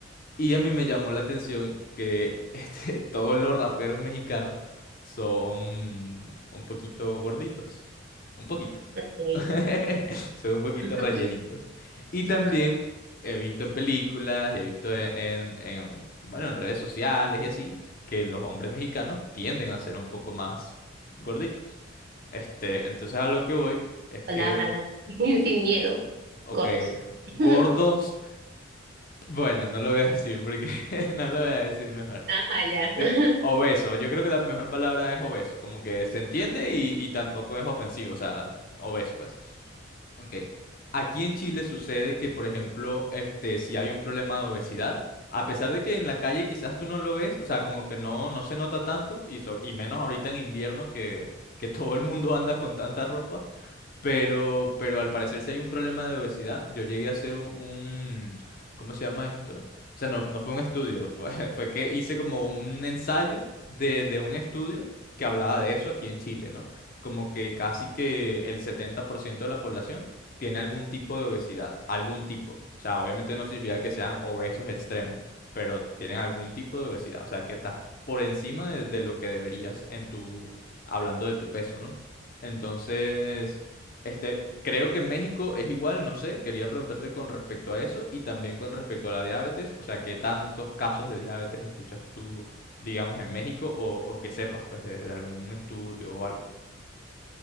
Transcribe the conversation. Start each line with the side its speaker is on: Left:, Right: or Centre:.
Left: Y a mí me llamó la atención que <laughs> este, todos los raperos mexicanos son un poquito gorditos. Un poquito.
Right: Okay,
Left: <laughs> Son un poquito
Right: <laughs>
Left: rellenitos. Y también
Right: Ajá.
Left: he visto en películas y he visto e- en, en, bueno, en redes sociales y así, que los hombres mexicanos tienden a ser un poco más gorditos. Este, entonces a lo que voy es que,
Right: Palabra, Dani. <laughs> Sin miedo.
Left: ok,
Right: Gordos.
Left: gordos,
Right: <laughs>
Left: bueno, no lo voy a decir porque <laughs> no lo voy a decir mejor.
Right: Ajá, ya. <laughs>
Left: De- obeso, yo creo que la mejor palabra es obeso, como que se entiende
Right: Ok.
Left: y, y tampoco es ofensivo, o sea, obeso, pues. Ok. Aquí en Chile sucede que, por ejemplo, este, si hay un problema de obesidad, a pesar de que en la calle quizás tú no lo ves, o sea, como que no, no se nota tanto, y, so- y menos ahorita en invierno que, que <laughs> todo el mundo anda con tanta ropa, pero, pero al parecer si hay un problema de obesidad. Yo llegué a hacer un, un- ¿cómo se llama esto? O sea, no, no fue un estudio, fue, <laughs> fue que hice como un ensayo de, de un estudio que hablaba de eso aquí en Chile, ¿no? Como que casi que el 70% de la población tiene algún tipo de obesidad, algún tipo. O sea, obviamente no significa que sean obesos extremos, pero tienen algún tipo de obesidad. O sea, que estás por encima de, de lo que deberías en tu, hablando de tu peso, ¿no? Entonces... Este, creo que en México es igual, no sé, quería preguntarte con respecto a eso y también con respecto a la diabetes, o sea, ¿qué tantos casos de diabetes escuchas tú, digamos, en México o, o que sepas, pues, de, de algún estudio o algo?